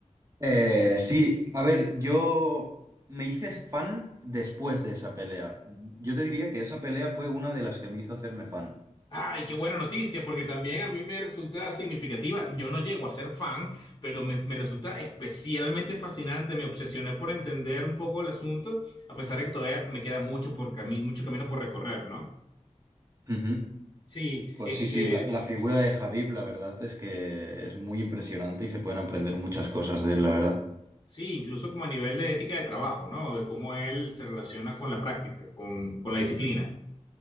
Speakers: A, on the right; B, on the left.
A: Eh, sí, a ver, yo me hice fan después de esa pelea. Yo te diría que esa pelea fue una de las que me hizo hacerme fan.
B: Ay, qué buena noticia, porque también a mí me resulta significativa. Yo no llego a ser fan, pero me, me resulta especialmente fascinante. Me obsesioné por entender un poco el asunto, a pesar de que todavía me queda mucho por cami- mucho camino por recorrer, ¿no?
A: Ujú.
B: Sí,
A: Pues
B: este,
A: sí, sí, la, la figura de Javib, la verdad es que es muy impresionante y se pueden aprender muchas cosas de él, la verdad.
B: sí, incluso como a nivel de ética de trabajo, ¿no? De cómo él se relaciona con la práctica, con, con la disciplina.